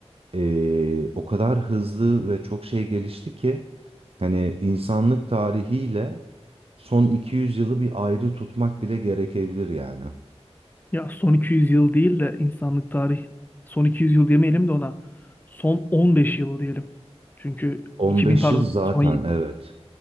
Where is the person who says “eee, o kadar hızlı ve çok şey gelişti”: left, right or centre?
Right